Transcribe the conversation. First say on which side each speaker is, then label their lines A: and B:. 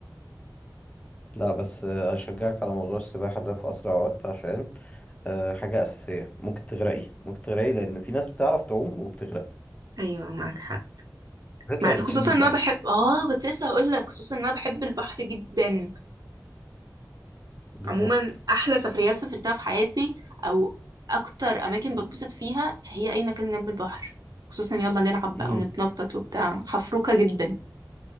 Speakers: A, on the left; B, on the right.
A: لا بس آه، اشجعك على موضوع السباحة ده في اسرع وقت عشان آه، حاجة اساسية ممكن تغرقي ممكن تغرقي لان في ناس بتعرف تعوم وبتغرق
B: ايوه معاك حق
A: بالذات
B: مع-
A: لو
B: خصوصا
A: بتحبي البحر
B: ان انا بحب اه كنت لسه هقول لك خصوصا ان انا بحب البحر جدا
A: بالظبط
B: عموما احلى سفريات سافرتها في حياتي او اكتر اماكن بتبسط فيها هي اي مكان جنب البحر خصوصا يلا نلعب
A: امم
B: بقى ونتنطط وبتاع حفروكة جدا